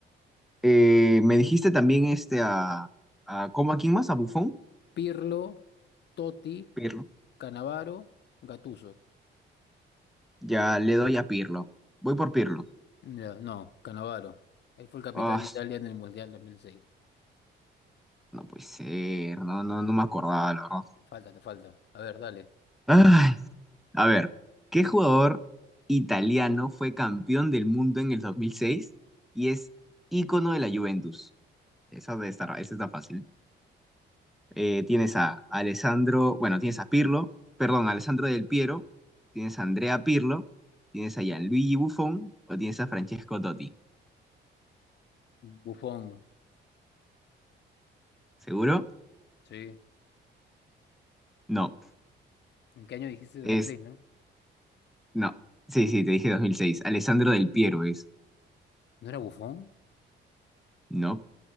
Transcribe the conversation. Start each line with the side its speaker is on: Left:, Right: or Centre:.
Centre: eh, me dijiste también este a. a ¿Cómo a quién más? ¿A Buffon?
Left: Pirlo, Totti,
Centre: Pirlo.
Left: Cannavaro, Gattuso.
Centre: Ya le doy a Pirlo. Voy por Pirlo.
Left: Ya, no, Cannavaro. Él fue el capitán
Centre: Ah,
Left: de Italia en el Mundial 2006.
Centre: No puede ser, no, no, no me acordaba, la verdad.
Left: Te falta, te falta. A ver, dale.
Centre: Ay, a ver, ¿qué jugador italiano fue campeón del mundo en el 2006 y es ícono de la Juventus? Esa debe estar, esa está fácil. Eh, tienes a Alessandro, bueno, tienes a Pirlo, perdón, Alessandro Del Piero, tienes a Andrea Pirlo, tienes a Gianluigi Buffon o tienes a Francesco Totti.
Left: Bufón,
Centre: ¿Seguro?
Left: sí.
Centre: No,
Left: ¿En qué año dijiste 2006,
Centre: es,
Left: no?
Centre: no. Sí, sí, te dije 2006. Alessandro Del Piero es,
Left: ¿No era Bufón?
Centre: ¿no?